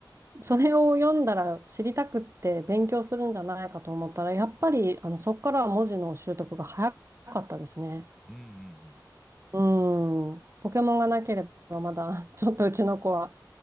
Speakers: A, on the right; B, in the centre.
A: それを読んだら知りたくって勉強するんじゃないかと思ったら、やっぱりあのそこからは文字の習得が早かったですね。
B: うんうんうん。
A: うん。ポケモンがなければまだ <laughs> ちょっとうちの子は